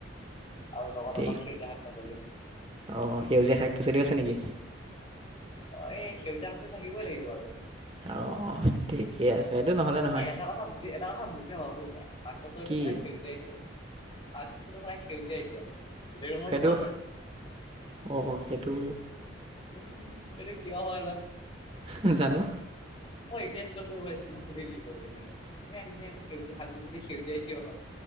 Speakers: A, on the left; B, on the right.
A: আৰু লগত
B: ঠিক
A: অলপ সেউজীয়া শাক -পাচলি।
B: অঁ, অঁ সেউজীয়া শাক-পাচলিও আছে নেকি?
A: অঁ, এই সেউজীয়া শাক-পাচলি থাকিবই লাগিব আৰু।
B: অঁ। ঠিকে আছে। সেইটো নহ'লে- নহয়
A: অঁ, এটা কথা বুজি এটা কথা বুজি নাপাওঁ বুজিছা শাক পাচলিটো
B: কি
A: সদায় সেউজীয়া- সেউজীয়া কিয়? শাক পাচলিটো সাদায় সেউজীয়াই কিয়? বেলেগ ৰঙৰটো
B: সেইটো
A: হ'ব পাৰে।
B: অঁ সেইটো
A: এইটো কিয় হয় বা?
B: নাজানো।
A: মই এতিয়া স্কুলত পঢ়িব লাগিছিল, মই সুধি দিলো হয়, মেম-মেম চিঞৰি চিঞৰি শাক -পাচলি সেউজীয়া কিয় হয়?